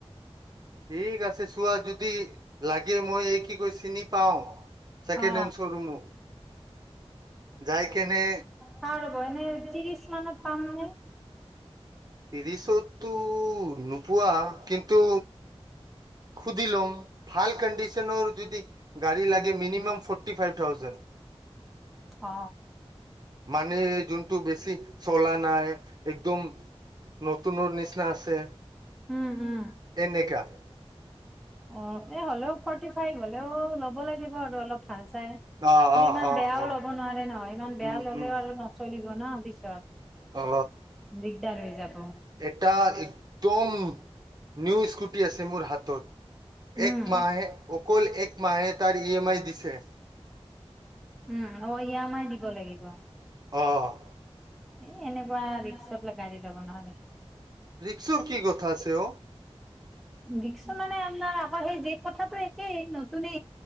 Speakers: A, on the right (about 40°); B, in the centre.
A: ঠিক আছে চোৱা যদি লাগে মই এই কি কৈ চিনি পাও চেকেণ্ড
B: অ
A: হেণ্ড শ'ৰুমো যাই কেনেে
B: খাৰ হ'ব এনে ত্ৰিশ মানত পাম নে
A: ত্ৰিশতটো নোপোৱা কিন্তু সুধিলোম ভাল কণ্ডিশনৰ যদি গা়ী লাগে মিনিমাম ফৰ্টি ফাইভ থাউজেণ্ড
B: অ
A: মানে যোনটো বেছি চলা নাই একদম নতুনৰ নিচিনা আছে
B: উম উম
A: এনেকাা
B: অ এ হ'লেও ফৰ্টি ফাইভ হলেও ল'ব লাগিব আৰু অলপ ভাল চাই
A: অ অ
B: ইমান
A: অ
B: বেয়াও
A: অ
B: ল'ব নোৱাৰে ন ইমান বেয়া
A: উম
B: ললেও
A: উম
B: আৰু নচলিব ন পিছত
A: অ
B: দিগদাৰ হৈ যাব
A: এটা একদম নিউ স্কুটি আছে মোৰ হাতত
B: উম,
A: এক মাহে অকল এক মাহে তাৰ এম আই দিছে
B: উম অ ই এম আই দিব লাগিব
A: অ'।
B: এ', এনেকুৱা ৰিক্সাত লগা যাব নোৱাৰো দেই।
A: ৰিক্সাত কি কথা আছে অ'।
B: দেখছো মানে, আপোনাৰ আকৌ সেই যে, কথাটো একেই। নতুনে।